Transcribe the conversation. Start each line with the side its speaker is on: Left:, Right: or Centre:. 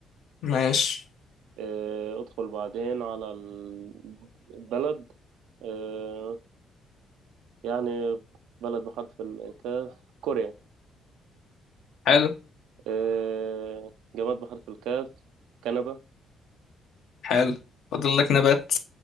Left: ماشي
Right: آه، ادخل بعدين على ال- البلد آه، يعني بلد بحرف الكاف كوريا
Left: حلو
Right: آه، جماد بحرف الكاف كنبة
Left: حلو فاضل لك نبات